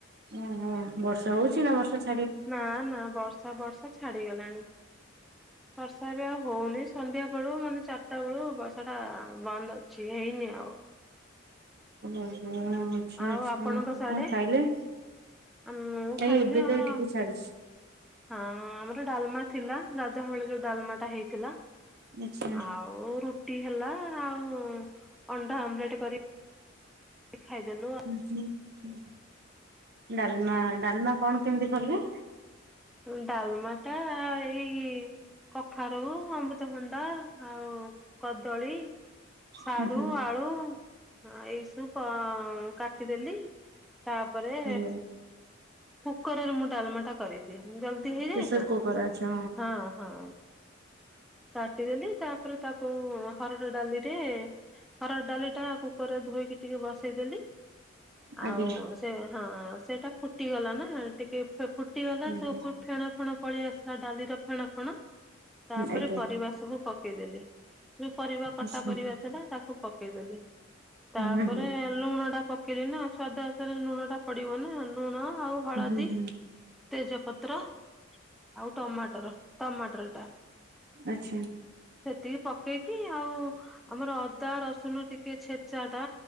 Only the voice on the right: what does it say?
ଓହୋ ବର୍ଷା ହୋଉଛି ନା ବର୍ଷା ଛା
ଓହୋ ହୁଁ ହୋଉନି। ଆଚ୍ଛା
ଆଚ୍ଛା
କଣ
ଖାଇଲେ
ଏଇ
ଏବେ
ତ ଏଇ ଟିକେ ଛାଡିଛି।
ଆଚ୍ଛା।
ଉଁହୁଁ ଡାଲମା ଡାଲମା କଣ କେମିତି କଲେ?
ହୁଁ ହୁଁ
ଆଜ୍ଞା
ପ୍ରେସର
କୁକର ଆଚ୍ଛା
ଆଜ୍ଞା
ହୁଁ
ହୁଁ
ଆଜ୍ଞା
ଆଚ୍ଛା
ହୁଁ
ହୁଁ ହୁଁ
ଉହୁଁ।
ଆଛା।